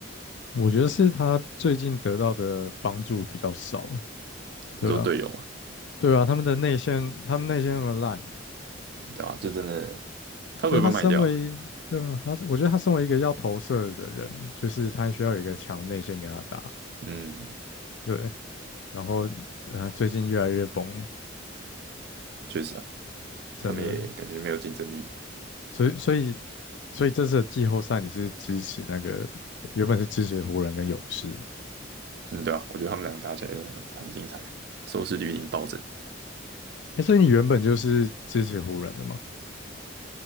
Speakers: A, on the left; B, on the right.
A: 我觉得是他最近得到的帮助比较少，对啊，
B: 你说队友嘛，
A: 对啊，他们的内线他们内线那么烂。
B: 对吧、就真的他会不会被卖掉啊？
A: 就是他身为，对吧？他是，我觉得他身为一个要投射的人，就是他需要有一个强的内线跟他打，
B: 嗯，
A: 对。然后，啊，最近越来越崩，
B: 确实啊，
A: 真的。
B: 他们也感觉没有竞争力。
A: 所以，所以，所以这次的季后赛你是支持那个，原本是支持湖人跟勇士嘛？
B: 嗯，对啊，我觉得他们两个打起来一定很很精彩，收视率一定暴增。
A: 哎，所以你原本就是支持湖人的嘛？